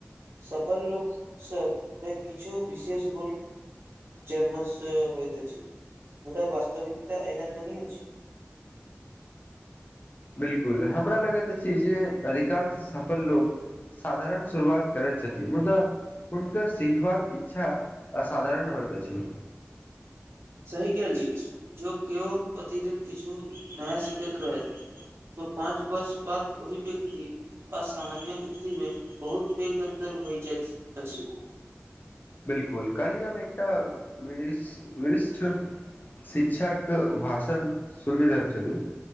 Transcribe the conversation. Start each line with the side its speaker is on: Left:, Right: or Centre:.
Right: सफल लोकसभमे किछु विशेष गुण जन्मसँ होइत अछि। <unintelligible> मुदा वास्तविकता एहन नहिहए छी।
Left: बिलकुल हमरा लगैत अछि जे अधिकांश सफल लोक साधारण शुरुआत करैत छथिन मुदा हुनकर सिखबाक इच्छा असाधारण होइत अछि।
Right: सही कए लिय जँ केओ प्रतिदिन किछु नया सिखैत रहथि तऽ पाँच वर्ष बाद ओहि व्यक्ति आ सामान्य व्यक्तिमे बहुत पैघ अन्तर भऽ जाइत अछि।
Left: बिलकुल काली हम एकटा। रि रिष्ठ। शिक्षाक भाषण सुनि रहल छलु